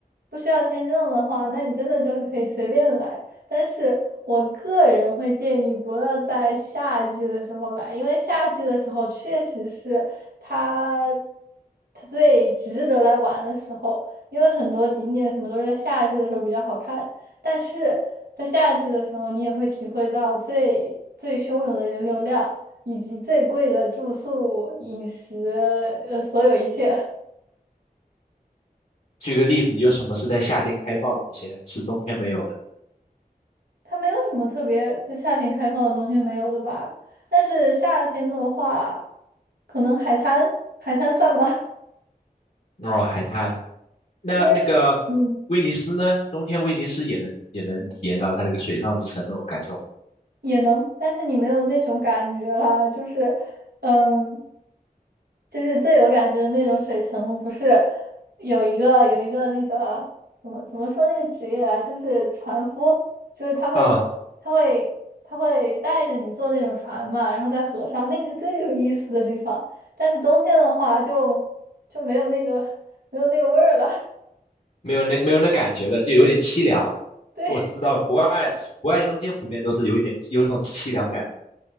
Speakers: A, on the right; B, on the left.
A: 不需要签证的话，那你真的就是可以随便来。但是我个人会建议不要在夏季的时候来，因为夏季的时候确实是它它最值得来玩的时候，因为很多景点什么都是在夏季的时候比较好看。但是在夏季的时候，你也会体会到最最汹涌的人流量，以及最贵的住宿、饮食，呃，所有一切。
B: 举个例子，有什么是在夏天开放的一些，是冬天没有的？
A: 它没有什么特别在夏天开放的，冬天没有的吧？但是夏天的话，可能海滩，海滩算吗？
B: 哦，海滩。
A: <laughs>
B: 那那个威尼斯呢？
A: 因为嗯。
B: 冬天威尼斯也能也能体验到它这个水上之城那种感受吗？
A: 也能，但是你没有那种感觉啦，就是，嗯，就是最有感觉的那种水城，不是有一个有一个那个怎么怎么说那个职业啊，就是船夫，就是他会他会他会带着你坐那种船嘛，
B: 啊，
A: 然后在河上，那个是最有意思的地方。但是冬天的话就就没有那个没有那个味儿了，
B: 没有那没有那感觉了，就有点凄凉。
A: <laughs> 对。
B: 我知道国外国外冬天普遍都是有一点有一种凄凉感